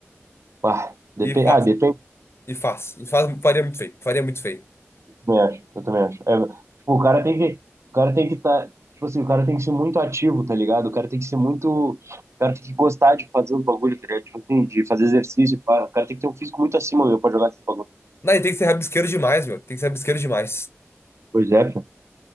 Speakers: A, on the right (about 75°); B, on the left (about 60°).
A: Ah, depende.
B: E faz,
A: Ah, depende.
B: e faz, e faz, faria muito feio, faria muito feio.
A: Eu também acho. Eu também acho. É, tipo, o cara tem que. O cara tem que estar. tipo assim, o cara tem que ser muito ativo, tá ligado? O cara tem que ser muito. O cara tem que gostar de fazer os bagulhos, tá ligado? Tipo assim, de fazer exercício. pá. O cara tem que ter um físico muito acima, meu, pra jogar esses bagulhos.
B: Não, e tem que ser rabisqueiro demais, meu. Tem que ser rabisqueiro demais.
A: Pois é, pô.